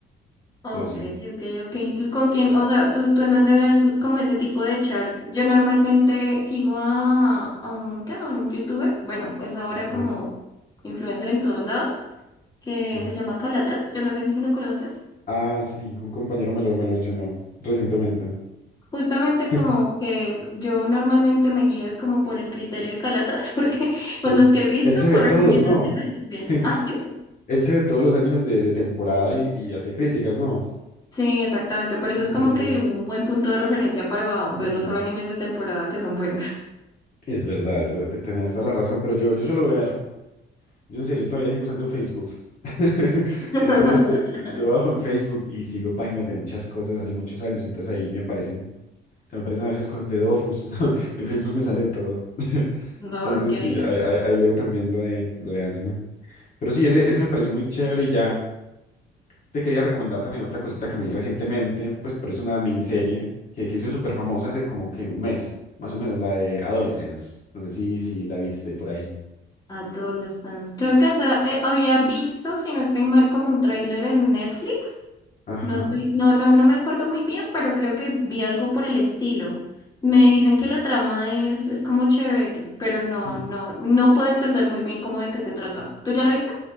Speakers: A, on the left; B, on the left.
A: Ok,
B: pero sí,
A: ok, ok. ¿Y ¿Con quién? O sea, ¿tú, tú en dónde ves l- como ese tipo de charts? Yo normalmente sigo a, a un, ¿qué? a un youtuber, bueno, es ahora
B: Ok.
A: como influencer en todos lados, que
B: sí.
A: se llama Calatras, yo no sé si lo conoces.
B: Ah, sí, un compañero me lo, me lo mencionó recientemente.
A: Justamente como
B: <laughs>
A: que yo normalmente me guío es como por el criterio de Calatras, <laughs> porque
B: Sí,
A: pues los que he visto
B: él se ve
A: por
B: todos,
A: recomendaciones,
B: ¿no?
A: es bien.
B: <laughs>
A: Ah, dime.
B: Él se ve todos los animes de, de temporada y, y hace críticas, ¿no?
A: Sí, exactamente, por eso
B: Increíble.
A: es como que un buen punto de referencia para ver
B: Sí,
A: los
B: sí.
A: animes de temporada que son buenos.
B: Es verdad, eso, te- tenés toda la razón, pero yo, yo suelo ver, yo no sé, yo todavía sigo usando Facebook. <laughs>
A: <laughs>
B: Entonces, de- yo, yo bajo en Facebook y sigo páginas de muchas cosas hace muchos años, entonces ahí me aparecen, me aparecen a veces cosas de Dofus, <laughs> ¿no? En Facebook me sale todo. <laughs>
A: No,
B: Entonces,
A: ok,
B: sí, ahí,
A: ok.
B: ahí- ahí leo también lo de, lo de anime. Pero sí, ese, ese me pareció muy chévere y ya. Te quería recomendar también otra cosita que me vi recientemente, pues, pero es una miniserie que, que hizo súper famosa hace como que un mes, más o menos, la de Adolescence. No sé si, si la viste por ahí.
A: Adolescence. Creo que esa eh, había visto, si no estoy mal, como un tráiler en Netflix.
B: Ajá.
A: No estoy, no, no, no me acuerdo muy bien, pero creo que vi algo por el estilo. Me dicen
B: Sí.
A: que la trama es, es como chévere, pero no,
B: Sí,
A: no, no puedo entender muy bien cómo de qué se trata. ¿Tú ya la viste?